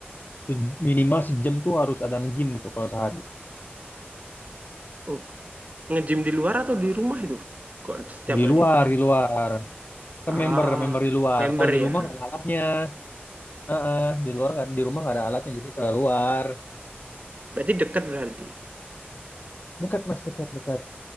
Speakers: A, on the left; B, on the right.
A: se- minimal sejam tuh harus ada nge-gym gitu kalau sehari.
B: oh, nge-gym di luar atau di rumah itu? Kok setiap
A: Di
B: hari?
A: luar, di luar. Ke
B: Ah,
A: member, member di luar.
B: member
A: Kalau
B: ya,
A: di rumah nggak ada alatnya. Heeh, di luar nggak di rumah nggak ada alatnya jadi keluar
B: berarti deket berarti.
A: dekat mas dekat dekat